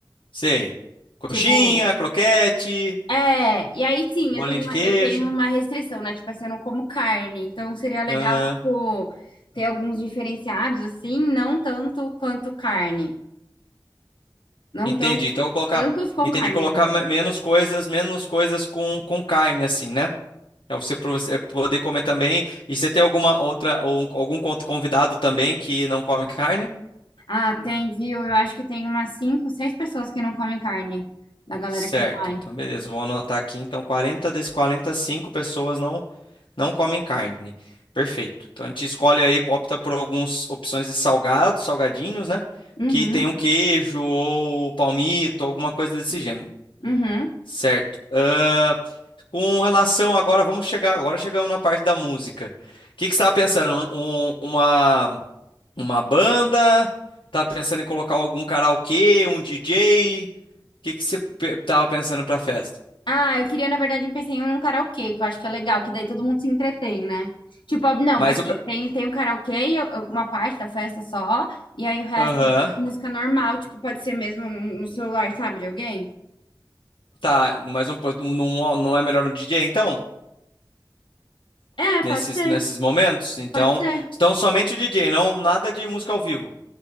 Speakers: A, on the left (about 80°); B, on the left (about 70°).
A: Sei. Coxinha,
B: Tipo,
A: croquete,
B: é, e aí sim,
A: bolinha
B: eu tenho
A: de
B: uma,
A: queijo.
B: eu tenho uma restrição, né? Tipo assim, eu não como carne, então seria legal,
A: Aham.
B: tipo, ter alguns diferenciados, assim, não tanto quanto carne. Não
A: Entendi.
B: tão,
A: Então, eu vou colocar.
B: tantos com
A: Entendi.
B: carne,
A: Colocar
B: né, na verdade.
A: me- menos coisas, menos coisas com, com carne, assim, né? Pra você, pra você poder comer também. E você tem alguma outra, ou um- algum con- convidado também que não come carne?
B: Ah, tem, viu? Eu acho que tem umas cinco, seis pessoas que não comem carne, da galera
A: Certo.
B: que vai.
A: Então, beleza. Vou anotar aqui. Então, 40 desses cinco pessoas não. Não comem carne. Perfeito. Então a gente escolhe aí, opta por algumas opções de salgado, salgadinhos, né?
B: Uhum,
A: Que tem um queijo ou palmito, alguma coisa desse gênero.
B: uhum.
A: Certo. Ah, com relação agora, vamos chegar. Agora chegamos na parte da música. O que que você estava pensando? Um- um- uma, uma banda? Tá pensando em colocar algum karaokê, um DJ? O que que você estava pensando para a festa?
B: Ah, eu queria, na verdade, um pezinho num karaokê, que eu acho que é legal, que daí todo mundo se entretém, né? Tipo, não,
A: Mas
B: assim,
A: o. ca-
B: tem, tem o karaokê, eu- eu- uma parte da festa só, e aí o resto,
A: Aham.
B: música normal, tipo, pode ser mesmo no celular, sabe, de alguém?
A: Tá, mas não, não, não é melhor no DJ então?
B: É, pode
A: nesses,
B: ser,
A: nesses momentos. Então,
B: pode ser.
A: então somente o DJ, não nada de música ao vivo.